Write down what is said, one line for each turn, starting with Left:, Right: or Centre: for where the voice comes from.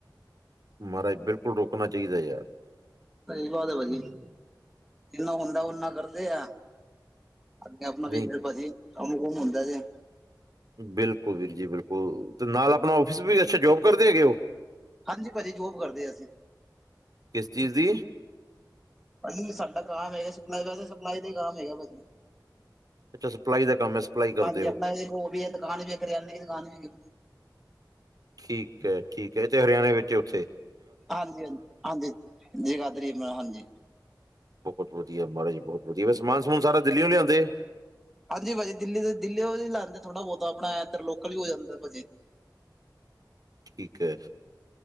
Right: ਮ੍ਹਾਰਾਜ ਬਿਲਕੁਲ ਰੋਕਣਾ ਚਾਈਦਾ ਯਾਰ।
Centre: ਸਈ ਬਾਤ ਆ ਭਾਜੀ
Right: ਹੂੰ,
Centre: ਜਿਨ੍ਹਾਂ ਹੁੰਦਾ ਉਨਾਂ ਕਰਦੇ ਆ। ਅੱਗੇ ਅਪਨਾ ਵੇਖਯਾ
Right: ਨਹੀਂ
Centre: ਪਾਜੀ ਕੰਮ-ਕੁੰਮ ਹੁੰਦਾ ਜੇ।
Right: ਬਿਲਕੁਲ ਵੀਰ ਜੀ ਬਿਲਕੁਲ ਤੇ ਨਾਲ ਅਪਨਾ ਓਫਿਸ ਵੀ ਐ, ਅੱਛਾ! ਜੋਬ ਕਰਦੇ ਹੈਗੇ ਓ?
Centre: ਹਾਂਜੀ ਭਾਜੀ ਜੋਬ ਕਰਦੇ ਅਸੀਂ।
Right: ਕਿਸ ਚੀਜ਼ ਦੀ?
Centre: ਭਾਜੀ ਸਾਡਾ ਕਾਮ ਐਗਾ ਸਪਲਾਈ ਦਾ ਵੈਸੇ ਸਪਲਾਈ ਦਾ ਕੰਮ ਐਗਾ ਭਾਜੀ।
Right: ਅੱਛਾ ਸਪਲਾਈ ਦਾ ਕੰਮ ਹੈ ਸਪਲਾਈ ਕਰਦੇ
Centre: ਹਾਂਜੀ
Right: ਹੋ
Centre: ਅਪਣਾ ਏਕ ਓ ਵੀ ਐ, ਦੁਕਾਨ ਵੀ ਕਰਿਆਨੇ ਕੀ ਦੁਕਾਨ ਵੀ ਹੈਗੀ।
Right: ਠੀਕ ਐ-ਠੀਕ ਐ ਐਤੇ ਹਰਿਆਣੇ ਵਿੱਚ ਓੱਥੇ।
Centre: ਹਾਂਜੀ-ਹਾਂਜੀ, ਹਾਂਜੀ ਯਗਾਦਰੀ ਯਮਨਾ ਹਾਂਜੀ।
Right: ਬੋਹਤ ਵਦੀਆ ਮ੍ਹਾਰਾਜ ਜੀ ਫੇਰ ਸਮਾਨ ਸਮੂਨ ਸਾਰਾ ਦਿਲੀਉ ਲਿਆਂਦੇ।
Centre: ਹਾਂਜੀ, ਭਾਜੀ ਦਿੱਲੀ ਦੇ ਦਿੱਲੀਓ ਵੀ ਲੈਂਦੇ ਥੋੜਾ ਬੋਤਾ ਅਪਨਾ ਐਦਰ ਲੋਕਲ ਵੀ ਹੋ ਜਾਂਦਾ ਭਾਜੀ।
Right: ਠੀਕ ਐ।